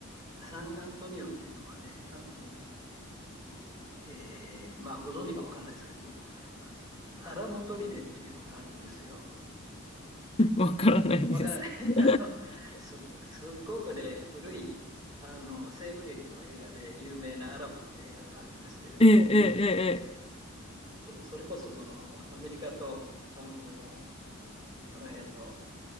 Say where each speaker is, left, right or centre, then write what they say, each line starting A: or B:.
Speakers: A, on the right; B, on the left.
A: サンアントニオっていうのはね、あの、えーまあ、ご存知か分かんないですけども、あアラモトリレっていうのがあるんですよ。
B: <laughs> わからないです。
A: わからない。<laughs>
B: <laughs>
A: あのす、すっごくね、古いあの西部劇の映画で有名なアラモっていう映画があるんですけれども、
B: ええ、ええ、
A: えーそそれこそそのアメリカとあのあの辺の